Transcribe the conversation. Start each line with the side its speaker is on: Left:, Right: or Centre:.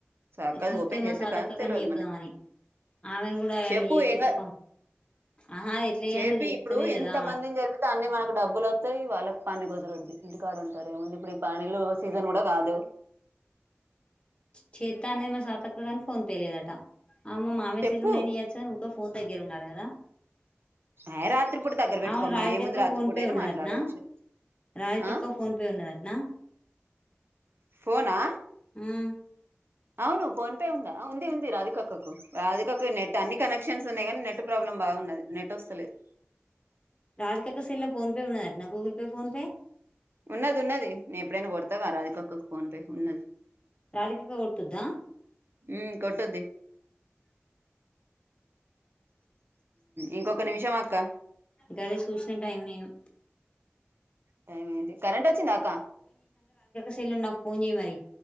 Right: చక్కదు
Left: చూస్తే
Right: ఓపెన్ చేత్తే
Left: మా సాతక్క
Right: కాన్
Left: కన్నా
Right: తెలియదు
Left: చెప్పుదామని
Right: మనకి
Left: ఆమెను కూడా
Right: చెప్పు
Left: అలా చేర్పి
Right: ఏం
Left: తొక్కం
Right: కాదు
Left: ఆహా ఎట్లా చేయనో
Right: చేర్పియి
Left: తెలుస్తలేదు
Right: ఇప్పుడు
Left: కదా
Right: ఎంత మందిని చేరిపిత్తే అన్ని మనకు డబ్బులువ త వాళ్ళకు పని కుదురుద్ది ఇంటికాడ ఉంటారు ఏముంది ఇప్పుడు ఈ పనీలో సీజన్ కూడా కాదు
Left: చేత్తా అన్నది మా స్వాతక్క గానీ ఫోన్ తీలేదట అమే మామయ్యా
Right: చెప్పు
Left: సెల్ నుండయినచెయచ్చు ఇంకో ఫోన్ దగ్గరుండాడు కదా
Right: ఏ రాత్రిపూట దగ్గర పెట్టుకోమ్మను
Left: అవును రాధికక్క
Right: ఏముంది రాత్రిపూట
Left: ఫోన్ పే
Right: అయినా
Left: ఉన్నదటనా
Right: మాట్లాడచ్చు
Left: రాధికక్క
Right: ఆ
Left: ఫోన్ పే ఉన్నదటనా
Right: ఫోనా
Left: ఉమ్
Right: అవును ఫోన్ పే ఉందా ఉంది ఉంది రాధికక్కకు రాధికక్క కు నెట్ అన్ని కనెక్షన్స్ ఉన్నాయి కానీ నెట్ ప్రాబ్లం బాగున్నది నెట్ వస్తలేదు
Left: రాధికక్క సెల్ ల ఫోన్ పే ఉన్నాదట్నా గూగుల్ పే ఫోన్ పే
Right: ఉన్నది ఉన్నది నేను ఎప్పుడైనా కొడతాగా రాదికక్కకు ఫోన్ పే ఉన్నది
Left: రాధికక్క కుట్టుద్దా
Right: ఉమ్, కొట్టొద్ది ఇంకొక నిమిషం అక్క
Left: గదే చూసిన టైం నేను
Right: టైం అయ్యింది కరెంట్ వచ్చిందాక్కా
Left: సెల్లు నుండి నాకు ఫోన్ చేయి మరి